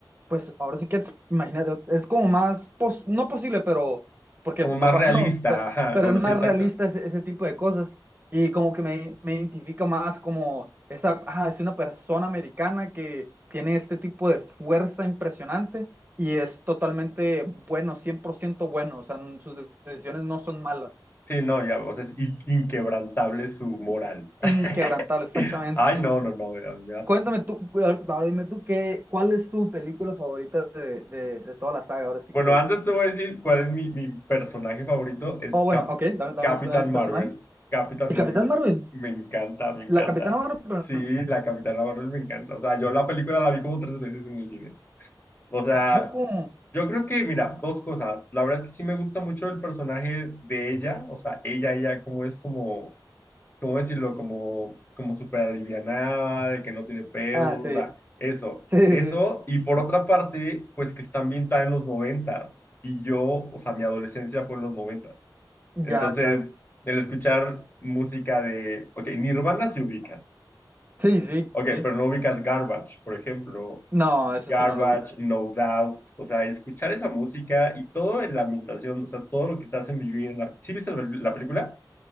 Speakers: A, on the right; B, on the left.
A: pues ahora sí que, es- imagínate, es como más, pos- no posible, pero porque
B: Como
A: pues,
B: más
A: no pasó,
B: realista.
A: <laughs>
B: Ajá.
A: pero
B: Bueno,
A: es más
B: sí, exacto.
A: realista ese, ese tipo de cosas y como que me, me identifica más como esta, ah, es una persona americana que tiene este tipo de fuerza impresionante y es totalmente bueno, 100% bueno, o sea, n- sus de- decisiones no son malas,
B: Sí, no, ya, o sea, es in- inquebrantable su moral. <laughs>
A: inquebrantable, exactamente.
B: Ay, no, no, no, me
A: <laughs>
B: da,
A: Cuéntame tú, ahora- ahora dime tú, qué, ¿cuál es tu película favorita de, de, de toda la saga? Ahora sí
B: Bueno,
A: que...
B: antes te voy a decir cuál es mi, mi personaje favorito, es
A: Oh, bueno,
B: Cap-
A: ok, dame, dame
B: Capitán
A: tu, dame tu
B: Marvel.
A: personaje.
B: Capitán
A: El
B: Marvel
A: Capitán Marvel,
B: me encanta, me encanta.
A: la Capitana Marvel,
B: Sí, la Capitana Marvel me encanta. O sea, yo la película la vi como tres veces en el cine. O sea,
A: ¿a poco?
B: yo creo que, mira, dos cosas. La verdad es que sí me gusta mucho el personaje de ella, o sea, ella, ella, cómo es como ¿cómo decirlo? Como, como súper alivianada, de que no tiene pedos,
A: Ah, sí.
B: o sea, eso,
A: Sí,
B: eso.
A: sí, sí.
B: Y por otra parte, pues que está ambientada en los noventas. Y yo, o sea, mi adolescencia fue en los noventas.
A: ya,
B: Entonces,
A: claro.
B: el escuchar música de, ok, Nirvana si ubicas,
A: Sí, sí,
B: ok,
A: sí.
B: pero no ubicas Garbage, por ejemplo.
A: No, eso
B: Garbage,
A: sí no lo ubico.
B: No Doubt, o sea, escuchar esa música y todo en la ambientación, o sea, todo lo que te hacen vivir en la... ¿Sí viste la la película?